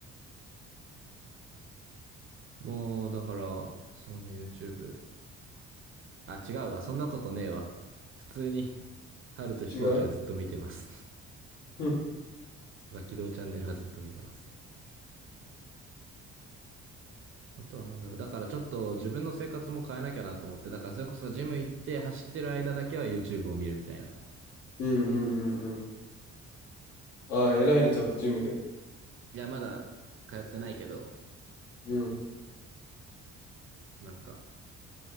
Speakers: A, on the right; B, on the left.
A: もう、だから、そうね、YouTube。あ、違うわ。そんなことねえわ。普通に、春と飛行機はずっと見てます。
B: 違ううん、
A: <laughs> バキドーチャンネルはずっと見てます。あとはなんだろう。だからちょっと自分の生活も変えなきゃなと思って、だからそれこそジム行って走ってる間だけは YouTube を見るみたいな。
B: うん、うん、うん。うんああ、偉いね、ちゃんとジムで。
A: いや、まだ通ってないけど、
B: うん、
A: なんか、